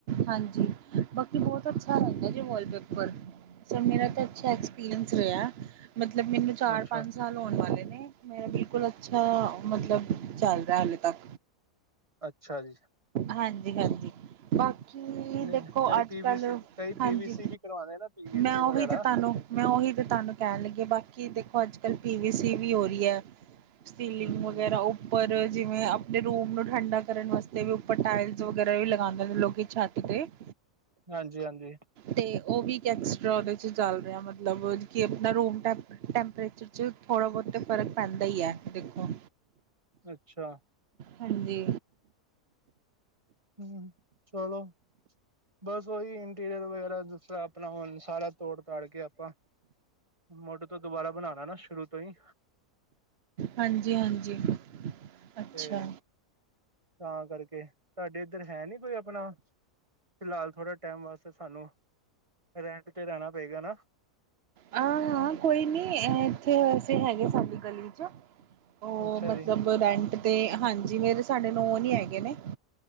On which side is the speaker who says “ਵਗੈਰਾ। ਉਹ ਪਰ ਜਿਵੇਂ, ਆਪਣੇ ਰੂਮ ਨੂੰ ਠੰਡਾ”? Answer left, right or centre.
Right